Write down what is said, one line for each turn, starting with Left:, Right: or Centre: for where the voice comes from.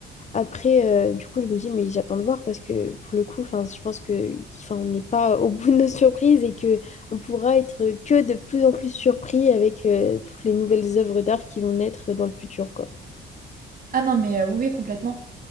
Left: Après, euh, du coup, je me dis, mais j'attends de voir parce que pour le coup, enfin, je pense que, enfin, on n'est pas au bout de nos surprises et que on pourra être que de plus en plus surpris avec euh, toutes les nouvelles œuvres d'art qui vont naître dans le futur, quoi.
Right: Ah non, mais euh, oui, oui, complètement.